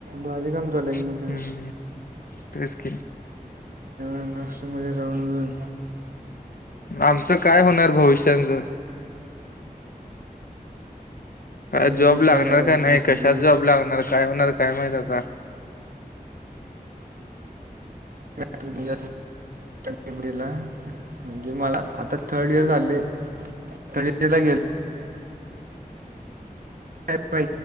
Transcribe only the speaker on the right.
भारी काम तला के मग
त्या
चना अस मजा जाऊन मिगून
नाही
विचार
करायचा
जे
ज सपडीला म्हणजे मला आता थर्ड इयर झाचाले थर्ड इयर ला गे हयय